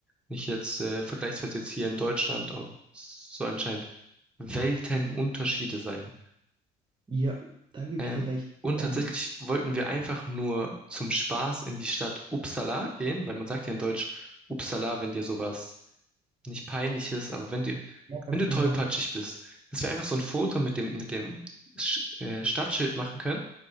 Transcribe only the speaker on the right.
Ja, da gebe
ich dir recht.
Ich
auch mit.
Ja, ganz
genau.